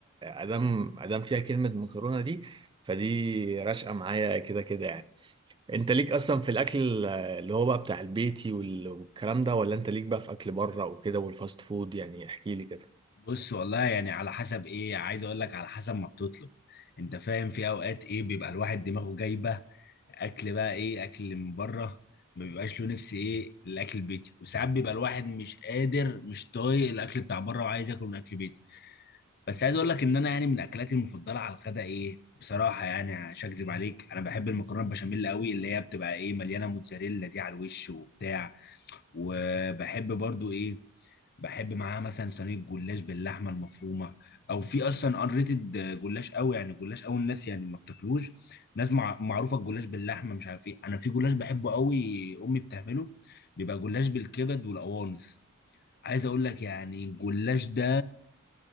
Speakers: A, on the right (about 20°); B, on the left (about 50°).
A: ادام ادام فيها كلمه مكرونه دي فدي راشقه معايا كده كده يعني انت ليك اصلا في الاكل اللي هو بقى بتاع البيتي وال- والكلام ده ولا انت ليك بقى في اكل بره وكده والفاست فود يعني احكي لي كده
B: بص والله يعني على حسب ايه عايز اقول لك على حسب ما بتطلب انت فاهم في اوقات ايه بيبقى الواحد دماغه جايبه اكل بقى ايه اكل من بره ما بيبقاش له نفس ايه الاكل البيتي وساعات بيبقى الواحد مش قادر مش طايق الاكل بتاع بره وعايز ياكل من اكل بيتي بس عايز اقول لك ان انا يعني من اكلاتي المفضله على الغداء ايه بصراحه يعني مش هكدب عليك انا بحب المكرونه بشاميل قوي اللي هي بتبقى ايه مليانه موتزاريلا دي على الوش وبتاع وبحب برضو ايه بحب معاها مثلا صينيه جلاش باللحمه المفرومه او في اصلا ان ريتد جلاش قوي يعني جلاش قوي الناس يعني ما بتاكلوش ناس مع... معروفه الجلاش باللحمه مش عارف ايه انا في جلاش بحبه قوي امي بتعمله بيبقى جلاش بالكبد والقوانص عايز اقول لك يعني الجلاش ده